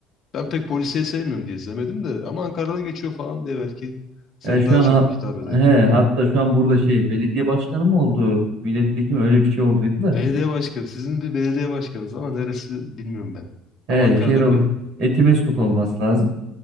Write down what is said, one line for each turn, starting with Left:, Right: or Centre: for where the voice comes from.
Left: Ben pek polisiye sevmiyorum diye izlemedim de ama Ankara'da geçiyor falan diye belki seni
Right: Ya şu
Left: daha
Right: an
Left: çok
Right: ha-
Left: hitap eder.
Right: he hatta şu an burada şey belediye başkanı mı oldu? Milletvekili mi? Öyle bir şey olduydu da.
Left: Belediye başkanı. Sizin bir belediye başkanınız ama neresi bilmiyorum ben.
Right: He
Left: Ama Ankara'da
Right: şehir ol-
Left: bir yerim.
Right: Etimesgut olması lazım.